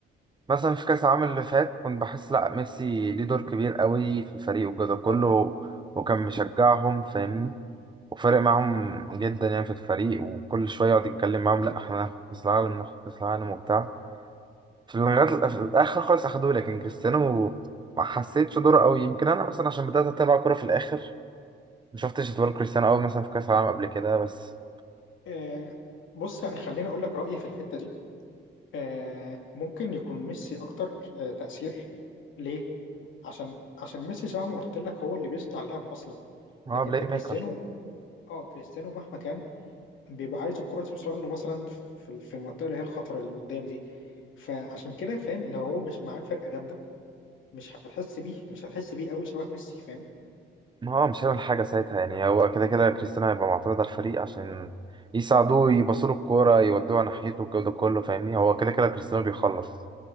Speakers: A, on the right; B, on the left.
A: مثلا في كأس العالم اللي فات كنت بحس لأ ميسي ليه دور كبير قوي في الفريق وكده كله
B: طبعا
A: وكان مشجعهم فاهمني وفارق معاهم جدا يعني في الفريق وكل شوية يقعد يتكلم معاهم لأ احنا هناخد كأس العالم ناخد كأس العالم وبتاع في لغاية في الآخر خالص أخدوه لكن كريستيانو ما حسيتش دوره قوي يمكن أنا مثلا عشان بدأت أتابع كورة في الآخر ما شفتش دور كريستيانو قوي مثلا في كأس العالم قبل كده بس
B: آه، بص انا خليني اقول لك رايي في الحته دي آه، ممكن يكون ميسي اكتر آه، تاثير ليه عشان عشان ميسي زي ما قلت لك هو اللي بيصنع اللعب اصلا
A: هو
B: لكن
A: بلاي
B: انت كريستيانو
A: ميكر
B: اه كريستيانو مهما كان بيبقى عايز الكره توصل له مثلا في في المنطقه اللي هي الخطره اللي قدام دي فعشان كده فاهم لو هو مش معاه فرقه جامده مش هتحس بيه مش هتحس بيه قوي شبه ميسي فاهم
A: ما هو مش هيعمل حاجة ساعتها يعني هو كده كده كريستيانو هيبقى معترض على الفريق عشان يساعدوه يباصوا له الكورة يودوها ناحيته والجو ده كله فاهمني هو كده كده كريستيانو بيخلص